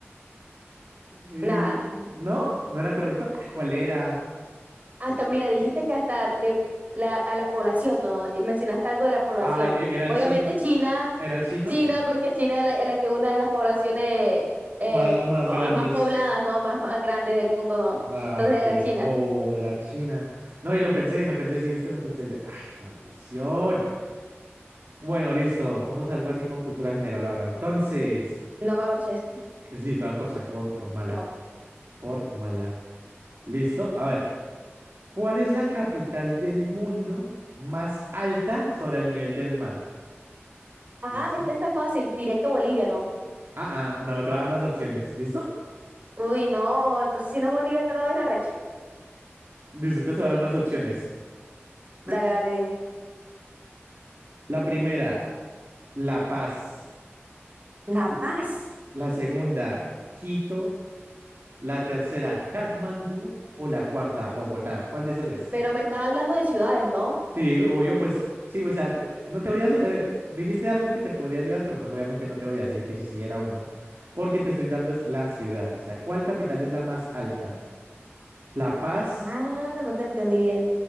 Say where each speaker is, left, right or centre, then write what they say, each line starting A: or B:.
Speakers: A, on the right; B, on the right.
A: Y-
B: Nada.
A: ¿No? ¿No era correcto? Ah, ¿Cuál era?
B: Hasta, mira, dijiste que hasta de la, a la población, ¿no? Di- Mencionaste algo de la población.
A: Ay, e- era el
B: Obviamente
A: chino.
B: China,
A: ¿Era el chino?
B: China,
A: Bah.
B: porque China es la, es la que una de las poblaciones eh,
A: ma-
B: m-
A: más
B: ah,
A: grandes.
B: más pobladas, ¿no? Más, más grandes del mundo, ¿no?
A: No,
B: Entonces
A: qué
B: era China.
A: bobo, era China. No, y lo pensé, y lo pensé, sí, viste, lo pensé yo. Ay, maldición. Bueno, listo, vamos a algo así como cultura general ahora. Entonces,
B: No me corches. <laughs>
A: sí, te voy a corchar por, por mala,
B: No.
A: por mala. Listo, a ver, ¿cuál es la capital del mundo más alta sobre el nivel del mar?
B: Ah,
A: ¿Listo?
B: esta está fácil. Diría que Bolivia, ¿no?
A: Ah, ah, no, te voy a dar las opciones, ¿listo?
B: Uy, no. Entonces si no es Bolivia, está la vaina recha.
A: Listo, entonces te voy a dar las opciones.
B: Dale, dale, dime.
A: La primera, La Paz.
B: La
A: L-
B: Paz.
A: La segunda, Quito. La tercera, Katmandú. O la cuarta, Bogotá. ¿Cuál de esas es?
B: Pero me estás hablando de ciudades, ¿no?
A: Sí, obvio, pues sí, o sea, de- no te voy a... eh, dijiste algo que te podría ayudar, pero pues obviamente no te voy a decir que si sí era o no, porque te estoy dando es la ciudad. O sea, ¿cuál capital es la más alta? La Paz,
B: Ah, no te entendí bien.